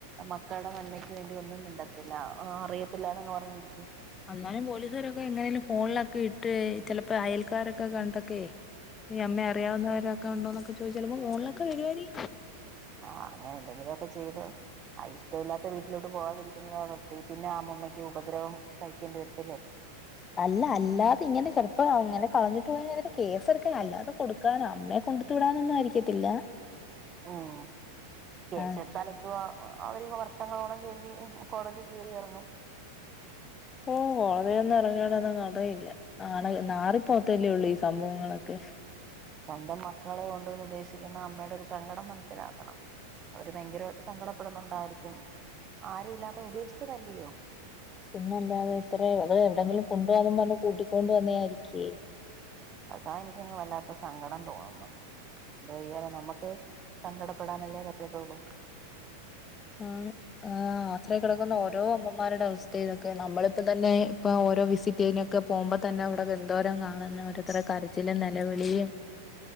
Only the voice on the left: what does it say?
എന്നാലും പോലീസുകാരൊക്കെ എങ്ങനേലും ഫോണിലൊക്കെ ഇട്ട് ചെലപ്പോ അയൽക്കാരൊക്കെ കണ്ടൊക്കെയെ ഈ അമ്മേ അറിയാവുന്നവരൊക്കെ ഉണ്ടോന്നക്ക ചോദിച്ചാല് മൊ മോളിലേക്കാ വരുവായിരി
അല്ല അല്ലാതെ ഇങ്ങനെ ചെല്‌പോ അങ്ങനെ കളഞ്ഞിട്ട് പോയതിന് ഇതിന് കേസെടുക്കാൻ അല്ലാതെ കൊടുക്കാനും അമ്മയെ കൊണ്ട് തുടങ്ങുന്ന ആയിരിക്കത്തില്ല
ആ
ഓഹ് ഹോടതിയൊന്നും എറങ്ങ്ണ തൊന്ന് അറിയില്ല. ആണ് നാറി പോവെത്തെല്യെ ഒള്ളൂ ഈ സംഭവങ്ങളൊക്കെ.
പിന്നല്ലാതെ ഇത്ര അത് എവിടെങ്കിലും കൊണ്ടോവാം പറഞ്ഞ് കൂട്ടിക്കൊണ്ട് വന്നേ ആയിരിക്കേ.
ആണ്. ആഹ് ആത്രി കിടക്കുന്ന ഓരോ അമ്മമാരുടെ അവസ്ഥ ഇതൊക്കെ നമ്മളിപ്പം തന്നെ ഇപ്പൊ ഓരോ വിസിറ്റ് ചെയ്ണെ ക്കെ പോകുമ്പോ തന്നെ അവിടൊക്കെ എന്തോരം കാണുന്ന ഓരോരുത്തരെ കരച്ചിലും നെലവിളിയും.